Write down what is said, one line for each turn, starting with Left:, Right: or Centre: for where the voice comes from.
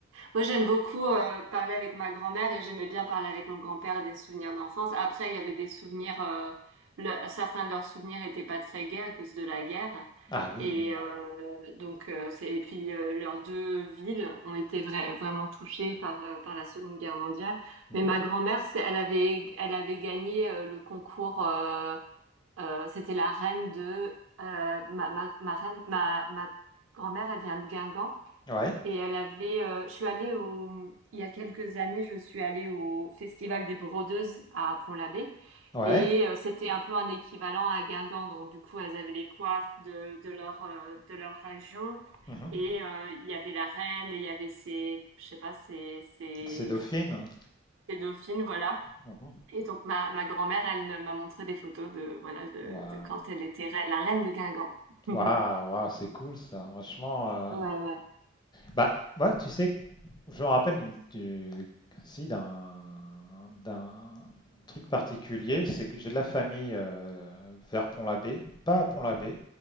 Right: Moi, j'aime beaucoup euh, parler avec ma grand-mère et j'aimais bien parler avec mon grand-père des souvenirs d'enfance. Après, il y avait des souvenirs, euh, le- certains de leurs souvenirs étaient pas très gais à cause de la guerre.
Left: Ah oui,
Right: Et
Left: oui.
Right: euh, donc, euh, c'est, et puis euh, leurs deux villes ont été vra- vraiment touchées par euh, par la Seconde Guerre mondiale.
Left: Mhm.
Right: Mais ma grand-mère, c'est- elle avait, elle avait gagné euh, le concours. euh, euh, c'était la reine de euh, ma, ma ma reine, ma ma grand-mère, elle vient de Guingamp.
Left: Ouais,
Right: Et elle avait, euh, je suis allée au, il y a quelques années, je suis allée au Festival des Brodeuses à Pont-l'Abbé.
Left: ouais.
Right: Et euh, c'était un peu un équivalent à Guingamp. Donc, du coup, elles avaient les coiffes de, de leur, euh, de leur région.
Left: Mhm.
Right: Et euh, il y avait la reine, et il y avait ses, je sais pas, ses, ses,
Left: C'est Dauphine.
Right: ses dauphines, voilà.
Left: Mhm.
Right: Et donc, ma, ma grand-mère, elle m'a montré des photos de, voilà, de,
Left: Waouh,
Right: de quand elle était reine, la reine de Guingamp. <laughs>
Left: waouh, waouh, c'est cool ça. Franchement, euh,
Right: Ouais, ouais.
Left: bah ouais, tu sais, je me rappelle d'une- du, si d'un d'un truc particulier, c'est que j'ai de la famille euh, vers Pont-l'Abbé, pas à Pont-l'Abbé.